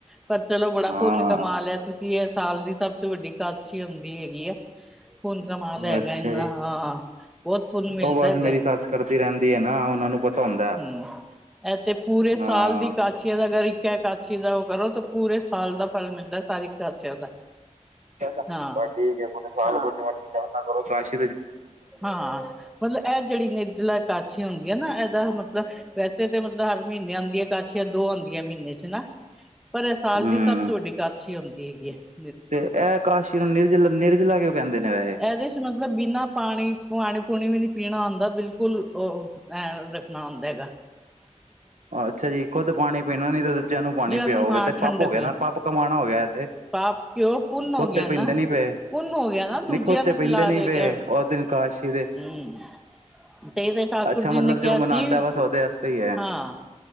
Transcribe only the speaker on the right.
ਹਾਂ
ਅੱਛਾ
ਜੀ
ਉਹ ਬਸ
ਮੇਰੀ ਸੱਸ ਕਰਦੀ ਰਹਿੰਦੀ ਆ ਨਾ ਉਹਨਾਂ ਨੂੰ ਪਤਾ ਹੁੰਦਾ
ਹਾਂ
ਬਸ
ਠੀਕ ਹੈ ਮਤਲਬ ਸਾਲ ਵਿੱਚ ਕੁਝ ਕਰੋ ਨਾ ਕਰੋ, ਕਾਛੀ
ਹੂੰ
ਤੇ ਇਹ ਕਾਛੀ ਨੂੰ ਨਿਰਜਲਾ, ਨਿਰਜਲਾ ਕਿਉਂ ਕਹਿੰਦੇ ਨੇ ਵੈਸੇ?
ਅ ਅੱਛਾ ਜੀ, ਖੁਦ ਪਾਣੀ ਪੀਣਾ ਨੀ ਤੇ ਦੂਜਿਆਂ ਨੂੰ ਪਾਣੀ
ਪਿਆਓ,
ਇਹ ਤੇ
ਪੱਪ ਹੋ ਗਿਆ
ਨਾ, ਪੱਪ ਕਮਾਉਣਾ ਹੋ ਗਿਆ ਇਹ ਤੇ।
ਖੁਦ
ਤੇ ਪੀਂਦੇ
ਨੀ ਪਏ
ਨਹੀਂ ਖੁਦ
ਤੇ ਪੀਂਦੇ
ਨੀ
ਪਏ
ਉਸ ਦਿਨ ਕਾਸ਼ੀ ਦੇ
ਅੱਛਾ
ਮਤਲਬ
ਜੋ ਮਨਾਉਂਦਾ
ਬਸ ਉਹਦੇ ਵਾਸਤੇ ਹੀ ਹੈ